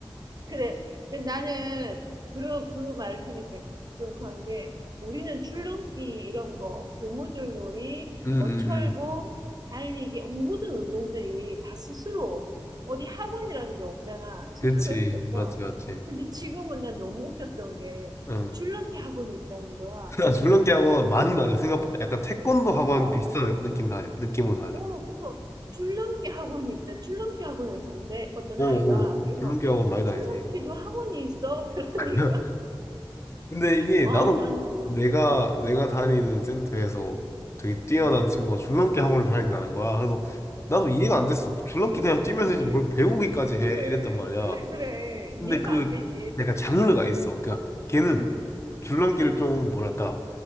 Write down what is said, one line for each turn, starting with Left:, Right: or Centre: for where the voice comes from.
Right: 그래. 근데 나는 그러 그 말을 들으니까 좀 그런 게 우리는 줄넘기 이런 거, 고무줄 놀이,
Left: 응응응
Right: 뭐 철봉, 달리기 모든 운동들이 다 스스로 어디 학원이라는 게 없잖아. 스스로
Left: 그치
Right: 했었어.
Left: 맞지 맞지
Right: 근데 지금은 난 너무 웃겼던 게
Left: 응
Right: 줄넘기 학원이 있다는 거야.
Left: <laughs> 아, 줄넘기 학원 많이 다녀 생각보다 약간 태권도 학원
Right: 어,
Left: 비슷한 느낌 다 느낌으로 다녀
Right: 어, 그래서 줄넘기 학원이 있다. 줄넘기 학원을 간대. 어떤
Left: 어어
Right: 아이가. 그래서
Left: 줄넘기 학원 많이 다니지
Right: 줄넘기도 학원이 있어? <laughs>
Left: <laughs>
Right: 그러니까.
Left: 근데 이게
Right: 와,
Left: 나도
Right: 나는,
Left: 내가 내가 다니는 센터에서 되게 뛰어난
Right: 음.
Left: 친구가 줄넘기 학원을 다닌다는 거야 그래서 나도 이해가 안 됐어 줄넘기 그냥 뛰면서
Right: 이,
Left: 이제 뭘 배우기까지
Right: 그래,
Left: 해 이랬단 말이야
Right: 그래, 그래. 이해가
Left: 근데 그
Right: 안 되지.
Left: 약간 장르가 있어 그니까 걔는
Right: 음.
Left: 줄넘기를 좀 뭐랄까